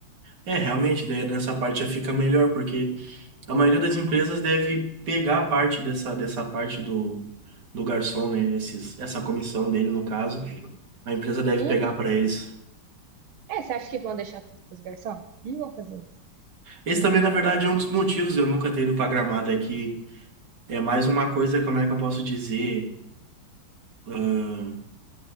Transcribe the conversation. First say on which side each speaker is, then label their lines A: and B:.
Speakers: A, on the right; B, on the right.
A: É, realmente, daí nessa parte já fica melhor, porque a maioria das empresas deve pegar a parte dessa, dessa parte do, do garçom, né? Esses, essa comissão dele, no caso. A empresa deve
B: Uhum.
A: pegar para eles.
B: É, você acha que vão deixar tudo pros garçom? Não vão fazer isso.
A: Esse
B: Hum.
A: também, na verdade, é um dos motivos de eu nunca ter ido pra Gramado, é que é mais uma coisa, como é que eu posso dizer? ahn,